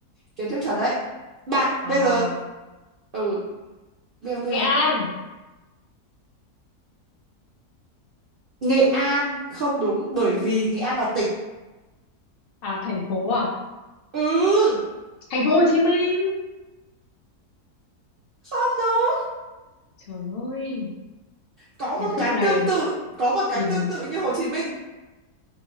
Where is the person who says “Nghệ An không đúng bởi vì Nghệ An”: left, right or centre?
Right